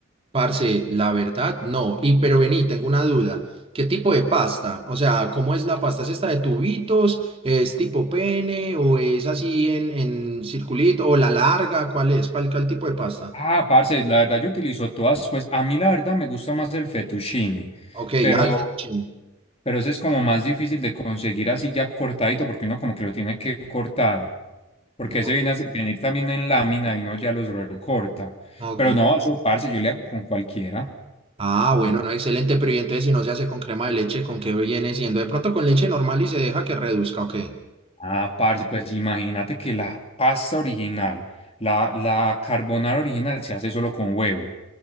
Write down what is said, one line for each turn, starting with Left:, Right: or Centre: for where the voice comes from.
Right: Parce, la verdad, no. Y pero vení, tengo una duda. ¿Qué tipo de pasta? O sea, ¿cómo es la pasta? ¿Es esta de tubitos? ¿Es tipo pene? ¿O es así en, en circulito? ¿O la larga? ¿Cuál es? ¿Cuál, cuál tipo de pasta?
Left: Ah, parce, la verdad yo utilizo todas, pues a mí la verdad me gusta más el fettuccine,
Right: Ok,
Left: pero,
Right: ya, el fettuccine.
Left: pero ese es como más difícil de conseguir así ya cortadito, porque uno como que lo tiene que cortar, porque
Right: Ok.
Left: ese viene a se- venir también en lámina y uno ya los recorta.
Right: ok.
Left: Pero no, eso, parce, yo le hago con cualquiera.
Right: Ah, bueno,
Left: Te-
Right: no, excelente, pero y entonces si no se hace con crema de leche, ¿con qué viene siendo? De pronto con leche normal y se deja que reduzca, ¿o qué?
Left: Ah, parce, pues imagínate que la pasta original, la, la carbonara original se hace solo con huevo,